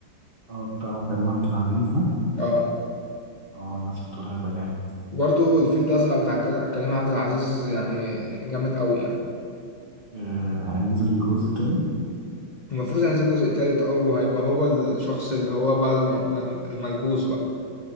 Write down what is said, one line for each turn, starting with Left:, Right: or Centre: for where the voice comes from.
Right: اه بتاع كريم عبد العزيز ده
Left: اه
Right: اه الناس بتقول هيبقى جامد
Left: وبرضه الفيل الأزرق بتاع كلا- كريم عبد العزيز يعني جامد أوي يعني
Right: آه هينزل جزء تاني
Left: المفروض هينزل جزء تالت اه وهيبقى هو الشخص اللي هو بقى الم- الم- الملبوس بقى